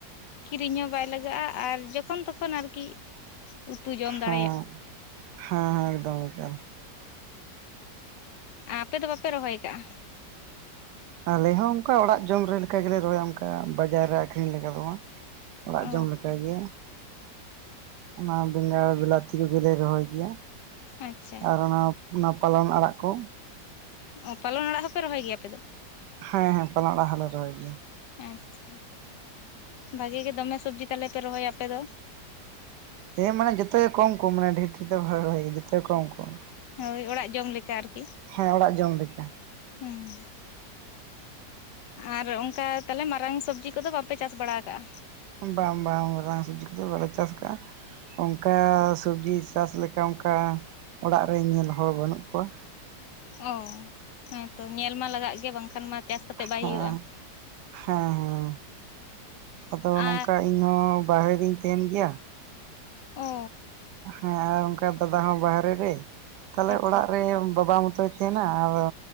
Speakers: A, on the left; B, on the right.
A: ᱠᱤᱨᱤᱧ ᱦᱚᱸ ᱵᱟᱭ ᱞᱟᱜᱟᱜᱼᱟ ᱟᱨ ᱡᱚᱠᱷᱚᱱ ᱛᱚᱠᱷᱚᱱ ᱟᱨᱠᱤ ᱩᱛᱩ ᱡᱚᱢ ᱫᱟᱲᱮᱭᱟᱜᱼᱟ
B: ᱦᱮᱸ ᱦᱮᱸ ᱮᱠᱫᱚᱢ ᱮᱠᱫᱚᱢ
A: ᱟᱯᱮ ᱫᱚ ᱵᱟᱯᱮ ᱨᱚᱦᱚᱭ ᱠᱟᱜᱼᱟ
B: ᱟᱞᱮ ᱦᱚᱸ ᱚᱱᱠᱟ ᱚᱲᱟᱜ ᱡᱚᱢ ᱨᱮ ᱞᱮᱠᱟ ᱜᱮᱞᱮ ᱨᱚᱦᱚᱭᱟ ᱚᱱᱠᱟ ᱵᱟᱡᱟᱨ ᱨᱮ ᱟᱠᱷᱨᱤᱧ ᱞᱮᱠᱟ ᱫᱚ ᱵᱟᱝ ᱚᱲᱟᱜ
A: ᱚ
B: ᱡᱚᱢ ᱞᱮᱠᱟ ᱜᱮ ᱚᱱᱟ ᱵᱮᱸᱜᱟᱲ ᱵᱤᱞᱟᱹᱛᱤ <unintelligible> ᱠᱚᱜᱮ ᱞᱮ ᱨᱚᱦᱚᱭ ᱜᱮᱭᱟ
A: ᱟᱪᱪᱷᱟ
B: ᱟᱨ ᱚᱱᱟ ᱚᱱᱟ ᱯᱟᱞᱚᱱ ᱟᱲᱟᱜ ᱠᱚ
A: ᱚᱸ ᱯᱟᱞᱚᱱ ᱟᱲᱟᱜ ᱦᱚᱸ ᱯᱮ ᱨᱚᱦᱚᱭ ᱜᱮᱭᱟ ᱟᱯᱮ ᱫᱚ
B: ᱦᱮᱸ ᱦᱮᱸ ᱯᱟᱞᱚᱱ ᱟᱲᱟᱜ ᱦᱚᱞᱮ ᱨᱚᱦᱚᱭ ᱜᱮᱭᱟ
A: ᱟᱪᱪᱷᱟ ᱵᱷᱟᱜᱤ ᱜᱮ ᱫᱚᱢᱮ ᱥᱚᱵᱡᱤ ᱛᱟᱦᱚᱞᱮ ᱯᱮ ᱨᱚᱦᱚᱭᱟ ᱟᱯᱮ ᱫᱚ
B: ᱦᱮᱸ ᱢᱟᱱᱮ ᱡᱚᱛᱚ ᱜᱮ ᱠᱚᱢ ᱠᱚᱢ ᱢᱟᱱᱮ ᱰᱷᱮᱨ ᱰᱷᱮᱨ ᱫᱚ <unintelligible> ᱡᱚᱛᱚ ᱠᱚᱢ ᱠᱚᱢ
A: ᱦᱳᱭ ᱚᱲᱟᱜ ᱡᱚᱢ ᱞᱮᱠᱟ ᱟᱨᱠᱤ
B: ᱦᱮᱸ ᱚᱲᱟᱜ ᱡᱚᱢ ᱞᱮᱠᱟ
A: ᱦᱩᱸᱢ ᱟᱨ ᱚᱱᱠᱟ ᱛᱟᱦᱚᱞᱮ ᱢᱟᱨᱟᱝ ᱥᱚᱵᱽᱡᱤ ᱠᱚᱫᱚ ᱵᱟᱯᱮ ᱪᱟᱥ ᱵᱟᱲᱟ ᱟᱠᱟᱫᱟ
B: ᱵᱟᱝ ᱵᱟᱝ ᱢᱟᱨᱟᱝ ᱥᱩᱵᱡᱤ ᱠᱚᱫᱚ ᱵᱟᱞᱮ ᱪᱟᱥ ᱠᱟᱜ ᱟ ᱚᱱᱠᱟ ᱥᱚᱵᱡᱤ ᱪᱟᱥ ᱞᱮᱠᱟ ᱚᱱᱠᱟ ᱚᱲᱟᱜ ᱨᱮ ᱧᱮᱞ ᱦᱚᱲ ᱵᱟᱹᱱᱩᱜ ᱠᱚᱣᱟ
A: ᱚ ᱦᱮᱸᱛᱚ ᱧᱮᱞ ᱢᱟ ᱞᱟᱜᱟᱜ ᱜᱮ ᱵᱟᱝᱠᱷᱟᱱ ᱢᱟ ᱪᱟᱥ ᱠᱟᱛᱮᱜ ᱵᱟᱭ
B: ᱦᱮᱸ ᱦᱮᱸ
A: ᱦᱩᱭᱩᱜᱼᱟ
B: ᱦᱮᱸ ᱟᱫᱚ
A: ᱟᱨ
B: ᱱᱚᱝᱠᱟ ᱤᱧ ᱦᱚᱸ ᱵᱟᱨᱨᱮ ᱨᱧ ᱛᱟᱦᱮᱱ ᱜᱮᱭᱟ
A: ᱚ
B: ᱦᱮᱸ ᱟᱨ ᱚᱱᱠᱟ ᱫᱟᱫᱟ ᱦᱚᱸ ᱵᱟᱦᱨᱮ ᱨᱮ ᱛᱟᱦᱞᱮ
A: ᱟᱪᱪᱷᱟ
B: ᱚᱲᱟᱜ ᱨᱮ ᱵᱟᱵᱟ ᱢᱚᱛᱚᱭ ᱛᱟᱦᱮᱱᱟ ᱟᱫᱚ